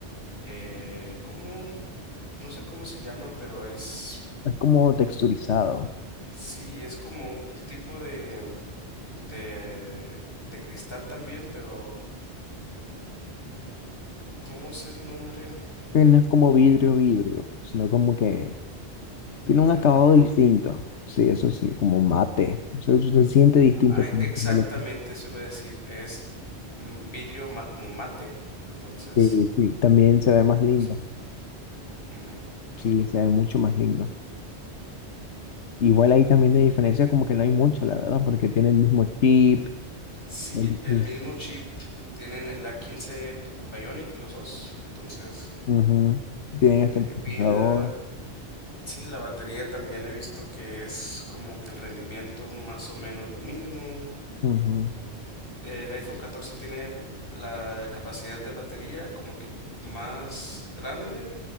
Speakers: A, on the left (about 55°); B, on the left (about 80°).
A: eh, ¿cómo? No sé cómo se llama, pero es
B: es como texturizado.
A: Sí, es como un tipo de, de, de cristal también, pero ¿cómo es el nombre?
B: que No es como vidrio, vidrio, sino como que tiene un acabado
A: Ujú.
B: distinto. Sí, eso sí, como mate. O sea, eso se siente distinto.
A: Ah,
B: también
A: e- exactamente,
B: de lo que-
A: se iba a decir. Es mm, vidrio ma- como mate. Entonces,
B: Sí, sí, también se ve más lindo.
A: es- ujú.
B: Sí, se ve mucho más lindo. Igual ahí también de diferencia como que no hay mucho, la verdad, porque tiene el mismo chip.
A: sí,
B: el mismo-
A: el mismo chip. Tienen el A15 Bionic los dos. Entonces,
B: Ujú. Tienen
A: eh,
B: hasta el procesador.
A: vida. Sí, la batería también he visto que es como que el rendimiento más o menos lo mismo.
B: Ujú.
A: El iPhone 14 tiene la capacidad de batería como que más grande,